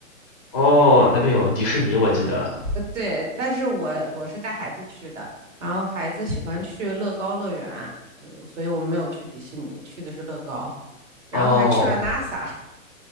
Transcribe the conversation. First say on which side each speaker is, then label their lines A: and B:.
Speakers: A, on the left (about 20°); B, on the right (about 60°).
A: 哦，那边有迪士尼，我记得。
B: 对，但是我我是带孩子去的，然后孩子喜欢去乐高乐园，我所以我们没有去迪士尼，去的是乐高，然后还去了
A: 哦
B: NASA <laughs>。